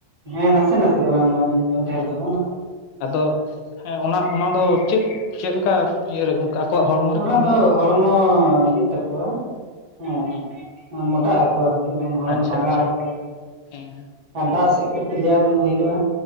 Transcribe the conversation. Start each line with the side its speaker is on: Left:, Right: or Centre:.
Right: ᱦᱮᱸ ᱱᱟᱥᱮ ᱱᱟᱥᱮ ᱫᱚ ᱵᱟᱝ ᱱᱚᱜᱼᱚᱭ ᱰᱷᱮᱨ
Left: ᱦᱮᱸ
Right: ᱫᱚ
Left: ᱟᱫᱚ ᱦᱮᱸ ᱚᱱᱟ ᱚᱱᱟ ᱫᱚ ᱪᱮᱫ ᱪᱮᱫ ᱞᱮᱠᱟ ᱤᱭᱮ ᱚᱱᱠᱟ ᱟᱠᱚᱣᱟᱜ ᱦᱚᱲᱢᱚ ᱨᱮ
Right: ᱚᱱᱟ
Left: ᱠᱟᱹᱢᱤᱭᱟ?
Right: ᱫᱚ ᱦᱚᱲᱢᱚ ᱤᱭᱟᱹᱜ ᱛᱟᱠᱚᱣᱟ ᱦᱮᱸ
Left: ᱦᱩᱸ
Right: ᱢᱚᱴᱟᱜ ᱟᱠᱚ ᱟᱨᱠᱤ ᱦᱚᱲᱢᱚ
Left: ᱟᱪᱪᱷᱟ
Right: ᱞᱟᱸᱜᱟ
Left: ᱟᱪᱪᱷᱟ
Right: ᱟᱠᱩᱣᱟ
Left: ᱦᱮᱸ ᱦᱮᱸ
Right: ᱟᱨ ᱫᱟᱜ ᱥᱮᱫ ᱠᱚ ᱠᱤᱞᱤᱭᱟᱹᱨ ᱦᱩᱭᱩᱜᱼᱟ